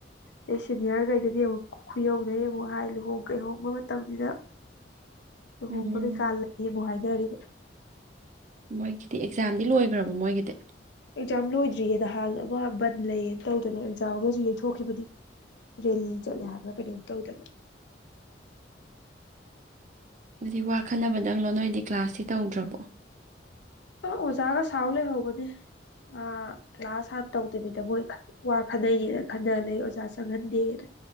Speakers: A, on the left; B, on the right.
A: ꯑꯗꯩ ꯁꯦꯅꯤꯌꯔꯈꯩꯗꯗꯤ ꯑꯃꯨꯛ ꯈꯨꯌꯧꯅꯩ ꯑꯃꯨꯛ ꯍꯥꯏ ꯂꯨꯍꯣꯡ ꯀꯩꯍꯣꯡꯕ ꯃꯇꯝꯅꯤꯅ ꯂꯨꯍꯣꯡꯕ
B: ꯎꯝ
A: ꯀꯩꯀꯥ ꯂꯩ ꯃꯨꯛ ꯍꯥꯏ ꯌꯥꯔꯤꯕ
B: ꯃꯣꯏꯒꯤꯗꯤ ꯑꯦꯛꯖꯥꯝꯗꯤ ꯂꯣꯏꯒ꯭ꯔꯕꯣ ꯃꯣꯏꯒꯤꯗꯤ
A: ꯑꯦꯛꯖꯥꯝ ꯂꯣꯏꯗ꯭ꯔꯤꯌꯦ ꯅꯍꯥꯟ ꯑꯃ ꯕꯟ ꯂꯩꯌꯦꯅ ꯇꯧꯗꯅ ꯑꯦꯛꯖꯥꯝ ꯑꯃꯁꯨ ꯌꯩꯊꯣꯛꯈꯤꯕꯅꯤ ꯔꯦꯂꯤ ꯆꯠꯂꯦ ꯍꯥꯏꯕ꯭ꯔꯥ ꯀꯩꯅꯣꯝ ꯇꯧꯗꯅ
B: ꯑꯗꯨꯗꯤ ꯋꯥ ꯈꯠꯅꯕꯗꯪꯪꯂꯣ ꯅꯣꯏꯗꯤ ꯀ꯭ꯂꯥꯁꯇꯤ ꯇꯧꯗ꯭ꯔꯕꯣ
A: ꯑꯥ ꯑꯣꯖꯥꯒ ꯁꯥꯎ ꯂꯩꯍꯧꯕꯅꯦ ꯑ ꯀ꯭ꯂꯥꯁ ꯍꯥꯟꯅ ꯇꯧꯗꯕꯤꯗ ꯃꯣꯏ ꯋꯥ ꯈꯠꯅꯩꯅꯦꯅ ꯈꯅꯍ ꯂꯩ ꯑꯣꯖꯥ ꯆꯪꯍꯟꯗꯦꯅ